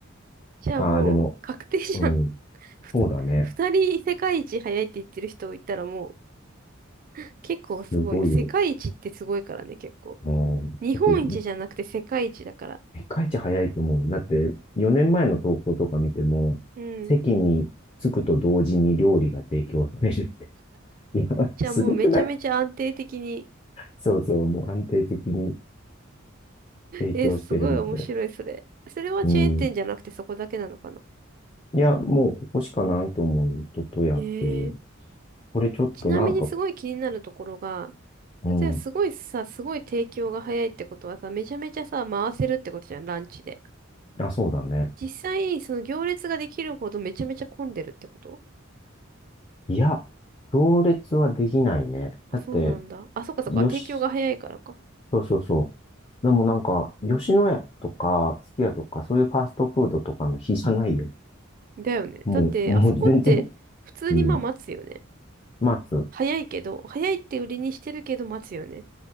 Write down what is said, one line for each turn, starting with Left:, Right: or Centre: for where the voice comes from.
Right: じゃあもう、
Left: ああ、でも、
Right: 確定じゃん。
Left: うん、
Right: <laughs>
Left: そうだね。
Right: ふた二人世界一早いって言ってる人いたらもう、結構すごいよ。
Left: すごいよ。
Right: 世界一ってすごいからね、結構。
Left: うん、だって、
Right: 日本一じゃなくて世界一だから。
Left: い世界一早いと思う。だって、4年前の投稿とか見ても、
Right: うん。
Left: 席に着くと同時に料理が提供されるって。<laughs> いや、
Right: じゃあもうめちゃめちゃ安定的に。
Left: すごくないそうそう、もう安定的に提供してるみたい。
Right: え、すごい面白い、それ。それはチェーン店じゃなくてそこだけなのかな。
Left: うん。いや、もうここしかないと思うよ。ととやっていう。
Right: へえ。
Left: これちょっとなんか、
Right: ちなみにすごい気になるところが、
Left: うん、
Right: 例えばすごいさ、すごい提供が早いってことはさ、めちゃめちゃさ、回せるってことじゃん、ランチで。
Left: あ、そうだね。
Right: 実際、その行列ができるほどめちゃめちゃ混んでるってこと
Left: いや、行列はできないね。
Right: あ、
Left: だって、
Right: そうなんだ。あ、そっかそっか。
Left: よし、
Right: 提供が早いからか。
Left: そうそうそう。でもなんか、吉野家とか、すき家とか、そういうファストフードとかの日じゃないよ。
Right: だよね。
Left: もう、
Right: だって、
Left: もう全然、
Right: あそこって普通にまあ待つよね。
Left: うん、待つ。
Right: 早いけど、早いって売りにしてるけど待つよね。